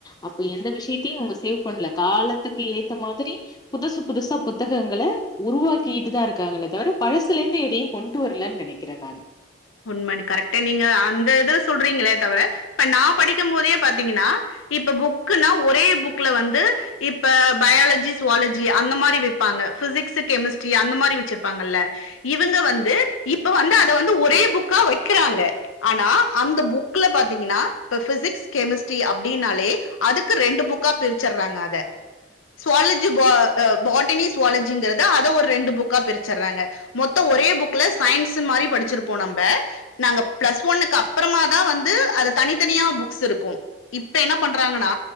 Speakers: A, on the left; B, on the left.
A: அப்ப எந்த விஷ்யத்தையு அவுங்க சேவ் பண்ல காலத்துக்கு ஏத்த மாதிரி புதுசு புதுசா புத்தகங்கள உருவாக்கிட்டு தா இருக்காங்களே தவிர பழசுலேந்து எதையு கொண்டு வரலன் நெனைக்கிறே நான்
B: உண்மை கரெக்ட்டு நீங்க அந்த இத சொல்றீங்களே தவிர இப்ப நா படிக்கும் போதே பாத்தீங்கன்னா இப்ப புக்குன்னா ஒரே புக்ல வந்து இப்ப பயாலஜி சுவாலஜி அந்த மாரி வைப்பாங்க பிசிக்ஸு கெமிஸ்ட்ரி அந்த மாரி வச்சிருப்பாங்கல்ல இவுங்க வந்து இப்ப வந்து அத வந்து ஒரே புக்கா வைக்கிறாங்க ஆனா அந்த புக்குல பாத்தீங்னா இப்ப பிசிக்ஸ் கெமிஸ்ட்ரி அப்டினாலே அதுக்கு ரெண்டு புக்கா பிரிச்சறாங்க அத ஜூவாலஜி பா பாட்டனி ஜூவாலஜிங்கிறத அத ஒரு ரெண்டு புக்கா பிரிச்சறாங்க மொத்தொ ஒரே புக்ல சயின்ஸ் மாரி படிச்சுருப்போ நம் ப நாங்க ப்ளஸ் ஒன்னுக்கு அப்புறமாதா வந்து அது தனித்தனியா புக்ஸ் இருக்கும் இப்ப என்ன பண்றாங்கனா